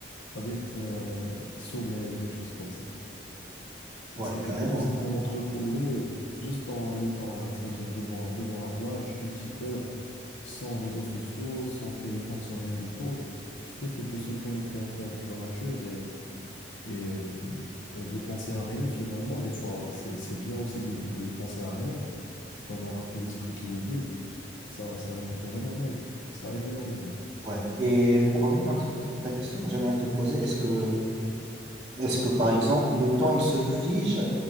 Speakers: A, on the left (about 75°); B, on the right (about 20°).
A: avec euh, sommeil ou quelque chose comme ça.
B: Ouais,
A: Parce que
B: carrément.
A: tu peux tout simplement te reposer juste en étant, euh, c'est-à-dire devant, devant la plage, une petite heure, sans réseaux sociaux, sans téléphone, sans rien du tout. Juste le fait de se connecter un peu avec la nature et, et euh, de penser à rien finalement. Des fois, c'est, c'est bien aussi de, de, de ne penser à rien, d'avoir un peu l'esprit qui est vide. Ça, ça récupère énormément. Ça aide énormément.
B: Ouais. Et pour revenir un petit peu sur ta question, j'aimerais te poser, est-ce que, est-ce que par exemple le temps il se fige?